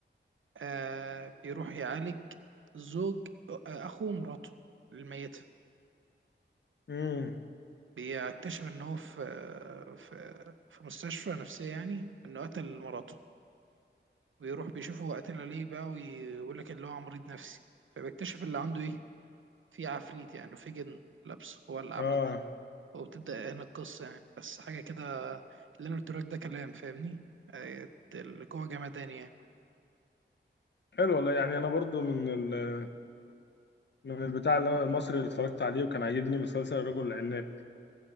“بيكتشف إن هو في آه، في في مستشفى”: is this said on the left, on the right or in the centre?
Right